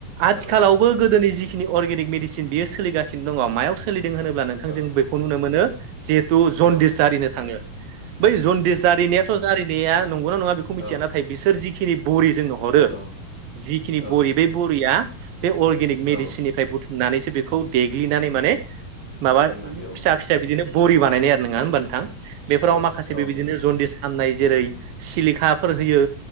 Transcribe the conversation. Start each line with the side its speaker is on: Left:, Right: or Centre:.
Right: आथिखालाव
Left: औ
Right: गोदोनि जिखिनि अर्गेनिक मेडिसिन बेयो सोलिानो दङ मायाव सोलिदों होनोब्ला नोंथां
Left: औ
Right: जों बेखौ नुनो मोनो जिहेथु जनदिस
Left: औ
Right: जारिनो थाङो बै जन्दिस जारिनायाथ' जारिनाया नंगौना नङा बेखौ मिथिया
Left: औ
Right: नाथाय बिसोर जिखिनि बरिजों हरो
Left: औ
Right: जिखिनि
Left: औ
Right: बरि बे बरिया बे अर्गेनिक मेडिसिननिफ्राय
Left: औ
Right: बुथुम होननानैसो बेखौ देग्लिनानै माने माबा
Left: देग्लिनानै
Right: फिसा
Left: औ
Right: फिसा बिदिनो बरि बानायनाय आरो नङा होनबा
Left: औ
Right: नोंथां बेफोराव
Left: औ
Right: माखासे बबादिनो
Left: औ नोंथां
Right: ज जन्दिस खालामनाय जेरै सिलिखाफोर होयो